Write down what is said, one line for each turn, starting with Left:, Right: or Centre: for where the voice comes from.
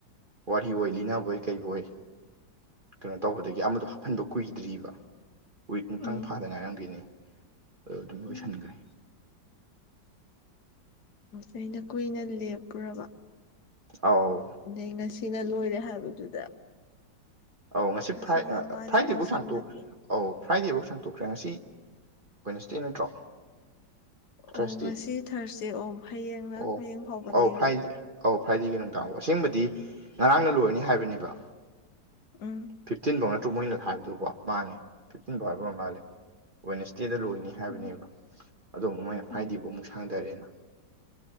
Right: ꯋꯥꯔꯤ ꯑꯣꯏ ꯂꯤꯅꯕꯣꯏ ꯀꯩꯕꯣꯏ ꯀꯩꯅꯣ ꯇꯧꯕꯗꯒꯤ ꯑꯃꯗꯣ ꯍꯥꯞꯐꯟ ꯀꯨꯏꯗ꯭ꯔꯤꯕ ꯋꯤꯛꯃꯨꯛꯇꯪ
Left: ꯎꯝ
Right: ꯐꯥꯗ ꯉꯥꯏꯔꯝꯒꯤꯅꯤ ꯑꯗꯨ ꯑꯗꯨꯝ ꯂꯣꯏꯁꯟꯒꯔꯦ
Left: ꯎꯝ ꯑꯩꯅ ꯀꯨꯏꯅ ꯂꯦꯞꯄꯨꯔꯕ
Right: ꯑꯥꯎ
Left: ꯅꯗꯩ ꯉꯁꯤꯅ ꯂꯣꯏꯔꯦ ꯍꯥꯏꯕꯗꯨꯗ
Right: ꯑꯧ ꯉꯁꯤ
Left: ꯉꯁꯤꯗꯤ
Right: ꯐ꯭ꯔꯥꯏ
Left: ꯑꯃ ꯑꯅꯤ
Right: ꯐ꯭ꯔꯥꯏꯗꯦꯐꯧ
Left: ꯇꯧꯁꯜꯂꯒꯦ
Right: ꯁꯥꯡꯇꯣꯛ ꯑꯧ ꯐ꯭ꯔꯥꯏꯗꯦꯐꯧ ꯁꯥꯡꯗꯣꯛꯈ꯭ꯔꯦ ꯉꯁꯤ ꯋꯥꯏꯅꯁꯗꯦ ꯅꯠꯇ꯭ꯔꯣ ꯊ꯭ꯔꯁꯗꯦ
Left: ꯑꯣ ꯉꯁꯤ ꯊꯔꯁꯗꯦ ꯑꯣ ꯍꯌꯦꯡꯅ
Right: ꯑꯣ
Left: ꯍꯌꯦꯡ ꯐꯥꯎꯕ
Right: ꯑꯧ
Left: ꯂꯩꯔꯤꯕ
Right: ꯐ꯭ꯔꯥꯏ ꯑꯧ ꯐ꯭ꯔꯥꯏꯗꯦꯒꯤ ꯅꯨꯡꯗꯥꯡꯐꯥꯎ ꯑꯁꯦꯡꯕꯗꯤ ꯉꯔꯥꯡꯅ ꯂꯣꯏꯔꯅꯤ ꯍꯥꯏꯕꯅꯦꯕ
Left: ꯎꯝ
Right: ꯐꯤꯐꯇꯤꯟꯐꯧ ꯅꯠꯇ꯭ꯔꯣ ꯃꯣꯏꯅ ꯍꯥꯏꯕꯗꯨꯕꯣ ꯃꯥꯅꯦ ꯐꯤꯐꯇꯤꯟꯐꯥꯎ ꯍꯥꯏꯕ ꯑꯣꯏꯔ ꯃꯥꯜꯂꯦ ꯋꯦꯟꯁꯗꯦꯗ ꯂꯣꯏꯅꯤ ꯍꯥꯏꯕꯅꯦꯕ
Left: ꯎꯝ
Right: ꯑꯗꯣ ꯑꯃꯨꯛ ꯃꯣꯏꯅ ꯐꯔꯥꯏꯗꯦꯕꯨ
Left: ꯎꯝ
Right: ꯑꯃꯨꯛ ꯁꯥꯡꯊꯔꯦꯅ